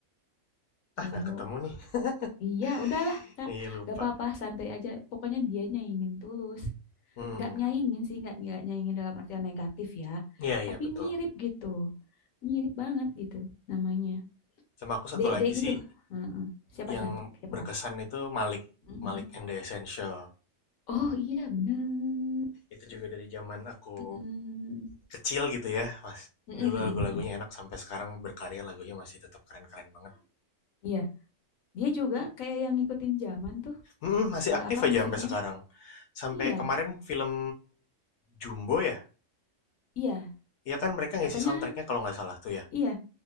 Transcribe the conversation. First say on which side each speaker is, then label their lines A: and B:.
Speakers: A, on the left; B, on the left.
A: cowok
B: Ah, nggak ketemu nih. <laughs>
A: iya udahlah kak
B: Iya lupa.
A: gak apa-apa santai aja pokoknya dia nyaingin tulus
B: Hmm,
A: nggak nyaingin sih nggak nggak nyaingin dalam artian negatif ya
B: iya
A: tapi
B: iya betul.
A: mirip gitu mirip banget gitu namanya
B: Sama aku satu
A: D
B: lagi
A: D gitu.
B: sih
A: Heeh. Siapa
B: yang
A: Cak? Siapa
B: berkesan
A: Kak?
B: itu Malik,
A: Mhm.
B: Malik and the Essential.
A: Oh iya bener.
B: Itu juga dari zaman aku
A: Mhm.
B: kecil gitu ya, Mas.
A: Mhm,
B: Dulu
A: mhm,
B: lagu-lagunya
A: mhm.
B: enak sampai sekarang berkarya lagunya masih tetap keren-keren banget.
A: Iya, dia juga kayak yang ngikutin zaman tuh
B: Mm-mm, masih
A: eh,
B: aktif
A: apa
B: aja
A: musiknya?
B: sampai sekarang. Sampai
A: Iya,
B: kemarin film Jumbo ya,
A: iya.
B: iya kan mereka ngisi
A: Katanya
B: soundtracknya kalau nggak salah tuh ya.
A: iya,